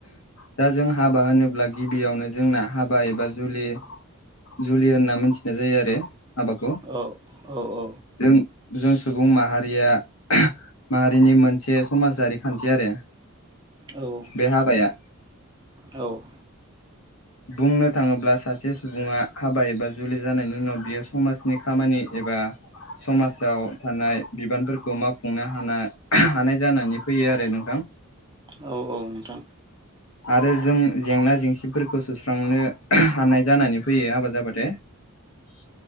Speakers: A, on the left; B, on the right.
A: दा जों हाबा होनोब्ला गिबियावनो जोंना हाबा एबा जुलि जुलि होनना मिथिनाय जायो आरो हाबाखौ
B: औ औ औ
A: जों जों सुबुं माहारिया माहारिनि मोनसे समाजारि खान्थि आरो
B: औ
A: बे हाबाया
B: औ
A: <inaudible> बुंनो थाङोब्ला सासे सुबुङा हाबा एबा जुलि जानायनि उनाव बियो समाजनि खामानि एबा समाजाव थानाय बिबानफोरखौ मावफुंनो हाना- हानाय जानानै फैयो आरो नोंथां
B: औ औ नोंथां
A: आरो जों जेंना जेंसिफोरखौ सुस्रांनो हानाय जानानै फैयो हाबा जाबाथाय <unintelligible>